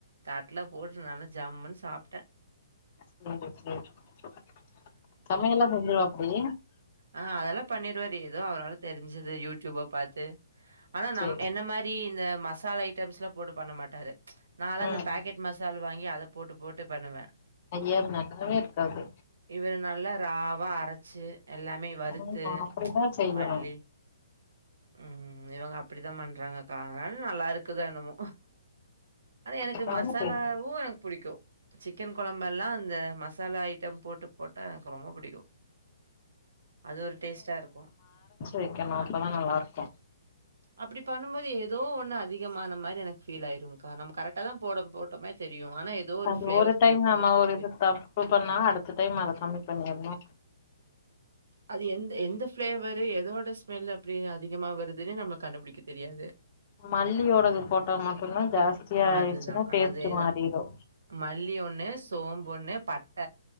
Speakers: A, on the right (about 85°); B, on the left (about 35°).
A: தட்டுல போட்டு நல்லா ஜம்முன்னு சாப்ட்டே
B: செரி செரி சமையல்லா செஞ்சுருவாப்டி
A: ஆஹ் அதெல்லா பண்ணிடுவாரு ஏதோ அவரால தெரிஞ்சது யூடியூப்ப பாத்து ஆனா நம்
B: சேரி
A: என்ன மாரி இந்த மசாலா ஐட்டம்ஸ்ல்லா போட்டு பண்ண மாட்டாரு ச் நான்லா
B: ம்
A: இந்த பேக்கெட் மசால் வாங்கி அதை போட்டு போட்டு பண்ணுவே
B: ஐய அது நல்லாவே இருக்காது
A: இவரு நல்லா ராவா அரைச்சு எல்லாமே வறுத்து
B: ஆமா அப்டிதா
A: ச்
B: செய்யணு
A: மல்லி ம் இவங்க அப்டித்தா பண்றாங்கக்கா அதனால நல்லா இருக்குதோ என்னமோ ஆனா எனக்கு
B: அதாவது
A: மசாலாவு
B: பெ-
A: எனக்கு புடிக்கு சிக்கன் கொழம்பெல்லா இந்த மசாலா ஐட் டம் போட்டு போட்டா எனக்கு ரொம்ப புடிக்கு அது ஒரு டேஸ்டா இருக்கு
B: வெக்கணோ அப்பதா நல்லா இருக்கு
A: அப்டி பண்ணும் போது எதோ ஒன்னு அதிகமான மாதிரி எனக்கு ஃபீல் ஆயிரும்கா நம்ம கரெக்டா தா போட போட்டம்மே தெரியும் ஆனா ஏதோ ஒரு
B: அது
A: ஃப்ளேவர்
B: ஒவ்வரு டைம்
A: தூக்கல்
B: நம்ம
A: தூக்கிரும்.
B: ஒரு இது தப்பு பண்ணா அடுத்த டைம் அத கம்மி பண்ணிரணு
A: அது எந்த எந்த ஃபிளேவரு எதோட ஸ்மெல் அப்டி அதிகமா வருதுன்னு நம்ம கண்டுபிடிக்க தெரியாது
B: மல்லியோடது போட்டா மட்டு தா ஜாஸ்தியா
A: அதுதான்,
B: ஆயிடுச்சுன்னா டேஸ்ட்
A: அதேதான்.
B: மாறிறு
A: மல்லி ஒன்னு சோம்பு ஒன்னு பட்ட